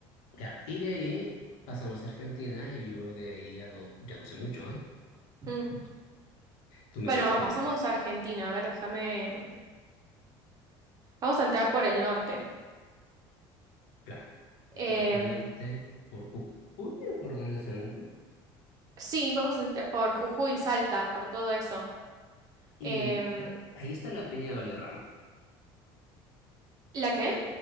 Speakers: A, on the left; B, on the right.
A: claro y de ahí pasamos a Argentina y yo de ahí ya no, ya no sé mucho, ¿eh?
B: Mm.
A: Tú me
B: Bueno,
A: tienes
B: va-
A: que
B: pasamos
A: indicar.
B: a Argentina. A ver, déjame. Vamos a entrar por el norte.
A: Claro. Entramos
B: Em,
A: por el norte, por Jujuy, ¿por dónde se entra?
B: sí, vamos a entrar por Jujuy, Salta, por todo eso.
A: Y
B: Em,
A: ahí está la Peña de Valderrama.
B: ¿la qué?